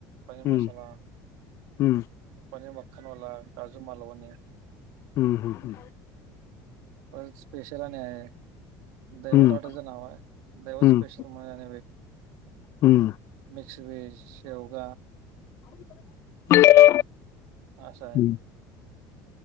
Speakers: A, on the right; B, on the left.
A: पनीर
B: हम्म
A: मसाला.
B: हम्म.
A: पनीर मखनवाला काजू मालवणी.
B: हम्म हम् हम्.
A: पर स्पेशल आणि आहे दैवत
B: हम्म
A: हॉटेलचं नाव आहे दैवत
B: हम्म
A: स्पेशल म्हण
B: हम्म
A: मिक्स वेज योग
B: <inaudible>
A: असा आहे.
B: हम्म